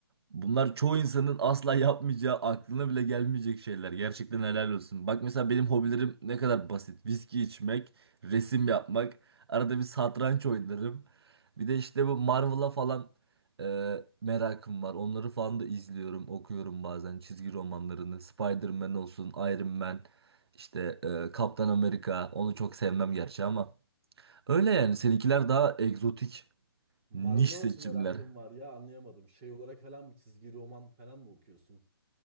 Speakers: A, on the right; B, on the right.
A: bunlar çoğu insanın asla yapmayacağı, aklına bile gelmeyecek şeyler. Gerçekten helal olsun. Bak mesela benim hobilerim ne kadar basit. Viski içmek, resim yapmak, arada bir satranç oynarım. Bir de işte bu Marvel'a falan e, merakım var. Onları falan da izliyorum, okuyorum bazen çizgi romanlarını. Spider-Man olsun, Iron Man, işte e, Kaptan Amerika. Onu çok sevmem gerçi ama. Öyle
B: M-
A: yani seninkiler daha egzotik,
B: Marvel'a
A: niş seçimler.
B: nasıl merakın var ya anlayamadım. Şey olarak falan mı çizgi roman falan mı okuyorsun?